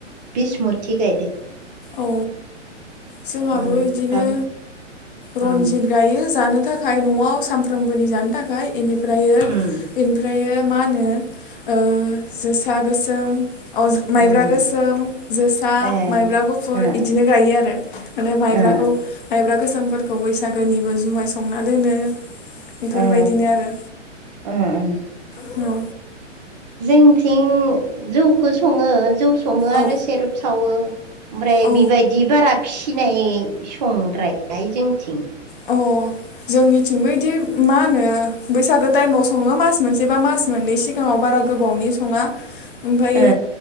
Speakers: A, on the right; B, on the left.
A: बिस मुथि गायदो।
B: औ जोंहाबो
A: मोनथाम
B: बिदिनो रन्जित
A: उम
B: गायो जानो थाखाय न'आव सानफ्रामबोनि जानो थाखाय बेनिफ्रायो
A: उम
B: इन ओमफ्रायो मा होनो ओ जोसा गोसोम। अ माइब्रा
A: उम
B: गोसोम जोसा
A: ए
B: माइब्रा गुफुर फुल‌
A: ओ
B: बिदिनो गायो आरो ओमफाय माइब्राखौ
A: ओ
B: माइ मायब्रा गोसोमफोरखौ बैसागोनिबो जुमाय संना दोनो। बेफोरबायदिनो
A: ओ
B: आरो
A: ओ ओ
B: उम
A: जोंथिं जौखौ सङो जौ सङो आरो
B: औ
A: सेरेप सावो। ओमफ्राय
B: औ
A: बिबायदि बारा फिनाय संद्रानाय जोंनिथिं
B: अ जोंनिथिंबो बिदि मा होनो बैसागो टाइमाव सङो मास मोनसे बा मास मोननै सिगां सिगाङाव बारा गोबावनि सङा। ओमफ्रायो
A: ओ